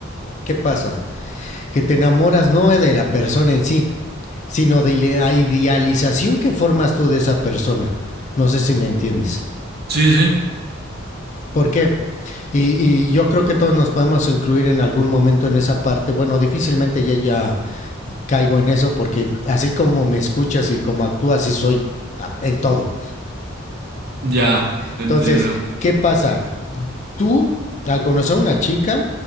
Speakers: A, on the left (about 35°); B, on the right (about 50°).
A: ¿Qué pasa? Que te enamoras no de la persona en sí, sino de la idealización que formas tú de esa persona. No sé si me entiendes.
B: Sí, sí, sí.
A: ¿Por qué? Y, y yo creo que todos nos podemos incluir en algún momento en esa parte. Bueno, difícilmente ya, ya caigo en eso porque así como me escuchas y como actúas, así soy en todo.
B: ya, entiendo.
A: Entonces, ¿qué pasa? Tú, al conocer a una chica,